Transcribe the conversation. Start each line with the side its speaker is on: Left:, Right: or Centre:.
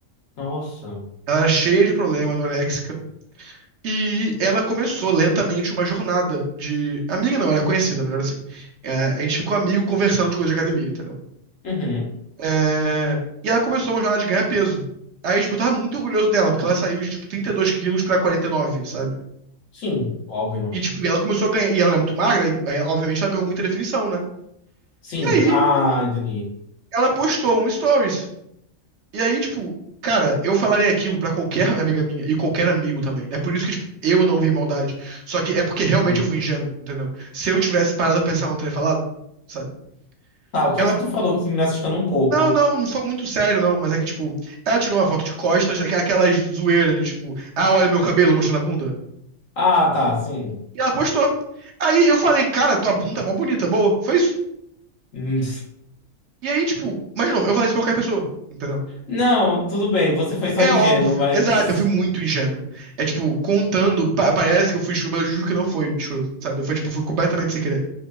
Left: Nossa.
Right: ela era cheia de problema, anoréxica. E ela começou lentamente uma jornada de. Amiga não, era conhecida, melhor assim. É, a gente ficou amigo conversando de coisa de academia, entendeu?
Left: Uhum.
Right: É, E ela começou uma jornada de ganhar peso. Aí, tipo, eu tava muito orgulhoso dela, porque ela saiu de, tipo, 32 quilos pra 49, sabe?
Left: Sim, óbvio.
Right: E, tipo, ela começou a ganhar. E ela era muito magra, e aí, obviamente ela ganhou muita definição, né?
Left: Sim,
Right: E aí,
Left: ah, entendi.
Right: ela postou um stories E aí, tipo, cara, eu falarei aquilo pra qualquer amiga minha e qualquer amigo também. É por isso que, tipo, eu não vi maldade. Só que é porque
Left: Uhum.
Right: realmente eu fui ingênuo, entendeu? Se eu tivesse parado a pensar, eu não teria falado, sabe?
Left: Tá, o que
Right: Ela,
Left: é que tu falou que me assustando um pouco?
Right: não, não, não foi muito sério, não, mas é que, tipo, ela tirou uma foto de costas, aquela aquela zoeira de, tipo, ah, olha meu cabelo mostrando a bunda.
Left: Ah, tá, sim. <laughs>
Right: E ela postou. Aí eu falei, cara, tua bunda tá mó bonita, boa. Foi isso.
Left: Hum.
Right: E aí, tipo, mas de novo, eu falei isso pra qualquer pessoa, entendeu?
Left: Não, tudo bem, você foi só
Right: É
Left: ingênuo,
Right: óbvio.
Left: mas.
Right: Exato, eu fui muito ingênuo. É tipo, contando, pa- parece que eu fui escroto, mas eu juro que não foi escroto, sabe? Foi tipo, foi completamente sem querer.